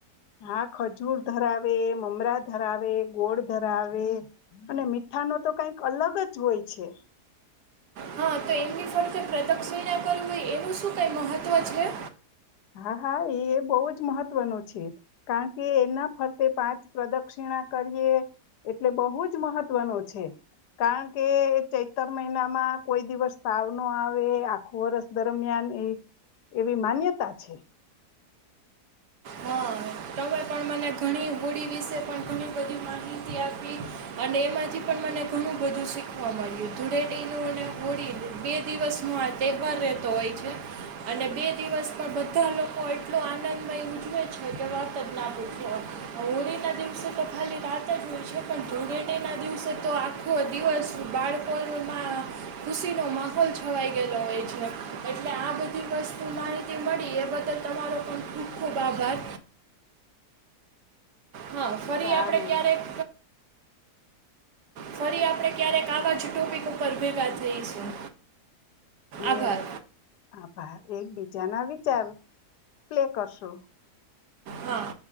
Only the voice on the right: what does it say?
હા તો એમની ફરતે પ્રદક્ષિણા ના કરવી હોય એવું શું કઈ મહત્વ છે.
હા તમે પણ મને ઘણી હોળી વિશે પણ ઘણી બધી માહિતી આપી અને એમાંથી પણ મને ઘણું બધું શીખવા મળ્યું ધૂળેટીનું અને હોળી બે દિવસનો આ તહેવાર રહેતો હોય છે અને બે દિવસ માં બધા લોકો એટલો આનંદમય ઉજવે છે કે વાર્ત જ ના હોય છે હોળી ના દિવસે તો ખાલી રાત જ હોય છે પણ ધૂળેટી ના દિવસે તો આખો દિવસ બાળકોમાં ખુશીનો માહોલ છવાઈ ગયેલો હોય છે એટલે આ બધી વસ્તુ માહિતી મળી એ બદલ તમારો પણ ખૂબ ખૂબ આભાર. હા ફરી
આપડે ક્યારેક ફરી આપડે ક્યારેક આવા જ ટોપિક ઉપર ભેગા થઈશું.
આભાર
હા.